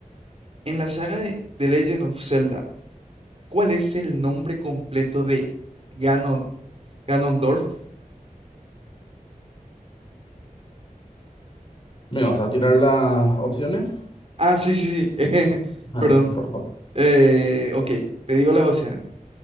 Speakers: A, on the right; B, on the left.
A: En la saga de The Legend of Zelda, ¿cuál es el nombre completo de Ganon Ganondorf?
B: ¿Me vas a tirar las opciones?
A: Ah, sí, sí, sí. <laughs>
B: Ah,
A: Perdón.
B: <laughs> por favor.
A: Eh, ok, te digo las opciones.